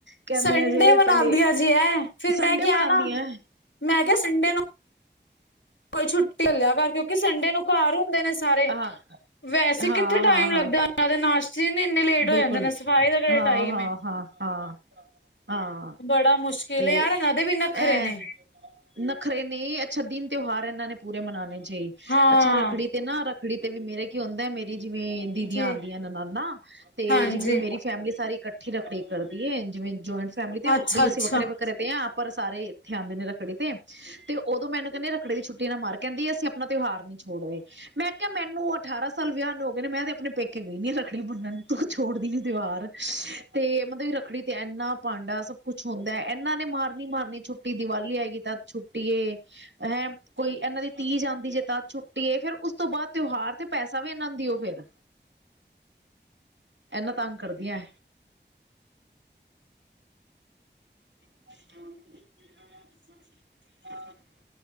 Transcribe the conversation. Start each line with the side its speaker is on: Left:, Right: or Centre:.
Right: ਕੈਂਦੀਆ
Left: ਸੰਡੇ
Right: ਜੇ
Left: ਮਨਾਉਂਦੀਆਂ
Right: ਪੈਲੇ
Left: ਜੀ ਐ ਫਿਰ
Right: ਸੰਡੇ
Left: ਮੈਂ ਕਿਹਾ
Right: ਮਨਾਂਦੀਆਂ
Left: ਨਾ
Right: ਐ
Left: ਮੈਂ ਕਿਆ ਸੰਡੇ ਨੂੰ ਕੋਈ ਛੁੱਟੀ ਹੱਲਿਆ ਕਰਕੇ ਕਿਉਂਕਿ ਸੰਡੇ ਨੂੰ ਘਰ ਹੁੰਦੇ ਨੇ ਸਾਰੇ
Right: ਹਾਂ
Left: ਵੈਸੇ
Right: ਹਾਂ
Left: ਕਿੱਥੇ ਟਾਈਮ
Right: ਹਾਂ ਹਾਂ
Left: ਲੱਗਦਾ ਉਹਨਾਂ ਦੇ ਨਾਸ਼ਤੇ ਜਨ ਇੰਨੇ ਲੇਟ
Right: ਬਿਲਕੁਲ
Left: ਹੋ ਜਾਂਦੇ ਨੇ ਸਫ਼ਾਈ ਦਾ ਕਿਹੜਾ
Right: ਹਾਂ
Left: ਟਾਈਮ
Right: ਹਾਂ
Left: ਹੈ।
Right: ਹਾਂ -ਹਾਂ ਹਾਂ
Left: ਬੜਾ ਮੁਸ਼ਕਿਲ
Right: ਤੇ
Left: ਯਾਰਦੇ ਵੀ, ਨੱਖਰੇ
Right: ਐ
Left: ਨੇ
Right: ਨਖਰੇ ਨੇ ਅੱਛਾ ਦਿਨ ਤਿਉਹਾਰ ਇਹਨਾਂ ਨੇ ਪੂਰੇ ਮਨਾਉਣੇ ਜੇ
Left: ਹਾਂ
Right: ਅੱਛਾ ਰੱਖੜੀ ਤੇ ਨਾ ਰੱਖੜੀ ਤੇ ਵੀ ਮੇਰੇ ਕੀ ਹੁੰਦਾ ਮੇਰੀ ਜਿਵੇਂ ਦੀਦੀਆਂ
Left: ਜੀ
Right: ਆਉਂਦੀਆਂ ਨੇ ਨ ਨਾਨਾ ਤੇ
Left: ਹਾਂਜੀ
Right: ਜਿਵੇਂ ਮੇਰੀ ਫੈਮਿਲੀ ਸਾਰੀ ਇਕੱਠੀ ਰੱਖੜੀ ਕਰਦੀ ਹੈ ਜਿਵੇਂ ਜੁਆਇੰਟ ਫੈਮਿਲੀ
Left: ਅੱਛਾ-ਅੱਛਾ
Right: ਇਸੇ ਵਖੱਰੇ ਵੱਖਰੇ ਆਪ ਪਰ ਸਾਰੇ ਇੱਥੇ ਆਉਂਦੇ ਨੇ ਰੱਖੜੀ ਤੇ ਤੇ ਉਦੋਂ ਮੈਨੂੰ ਕਹਿੰਦੇ ਰੱਖੜੇ ਦੀ ਛੁੱਟੀ ਨਾ ਮਾਰ ਕਹਿੰਦੀ ਅਸੀ ਆਪਣਾ ਤਿਉਹਾਰ ਨਹੀਂ ਛੋੜਦੇ ਮੈਂ ਕਿਹਾ ਮੈਨੂੰ ਅਠਾਰਾਂ ਸਾਲ ਵਿਆਹ ਨੂੰ, ਹੋ ਗਏ ਨੇ, ਮੈਂ ਤੇ ਆਪਣੇ ਪੇਕੇ ਗਈ ਨੀ! ਰੱਕੜੀ ਬੰਨਣ ਤੂੰ ਛੋੜਦੀ ਨੀ, ਤਿਉਹਾਰ ਤੇ ਮਤਲਬ ਰੱਖੜੀ ਤੇ, ਇਨਾ ਭਾਂਡਾ ਸਭ ਕੁੱਛ ਹੁੰਦਾ ਇਹਨਾਂ ਨੇ, ਮਾਰਨੀ -ਮਾਰਨੀ ਛੁੱਟੀ ਦੀਵਾਲੀ ਆਏਗੀ ਤਦ ਛੁੱਟੀ ਹੈਂ ਕੋਈ ਇਹਨਾਂ ਦੀ -ਤੀਜ ਆਂਦੀ ਜੇ, ਛੁੱਟੀ ਫਿਰ ਉਸ ਤੋਂ ਬਾਅਦ ਤਿਉਹਾਰ ਤੇ ਪੈਸਾ ਵੀ ਇਹਨਾਂ ਦੀਓ ਫਿਰ। ਇਹਨਾਂ ਤੰਗ ਕਰਦੀਆਂ ਹਮ <unintelligible>